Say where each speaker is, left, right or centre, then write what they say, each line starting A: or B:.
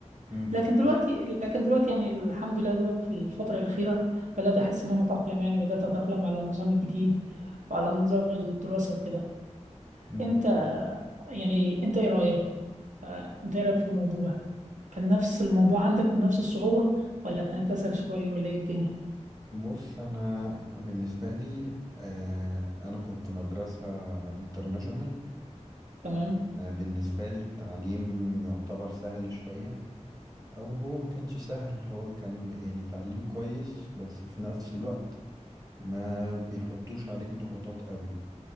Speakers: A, on the right; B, on the right.
A: مم،
B: لكن دلوقتي لكن دلوقتي يعني الحمد لله دوك في الفترة الأخيرة بدأت أحس إن أنا أتأقلم يعني بدأت أتأقلم على النظام الجديد وعلى نظام الدراسة وكده
A: مم.
B: أنت يعني أنت إيه رأيك؟ آه، أنت إيه رأيك في الموضوع؟ كان نفس الموضوع عندك بنفس الصعوبة ولا كانت أسهل شوية ولا إيه الدنيا؟
A: بص انا بالنسبة لي آه، انا كنت مدرسة انترناشونال
B: تمام؟
A: فكان بالنسبة لي التعليم يعتبر سهل شوية أو هو ما كانش سهل هو كان يعني تعليم كويس بس في نفس الوقت ما بيحطوش عليك ضغوطات قوي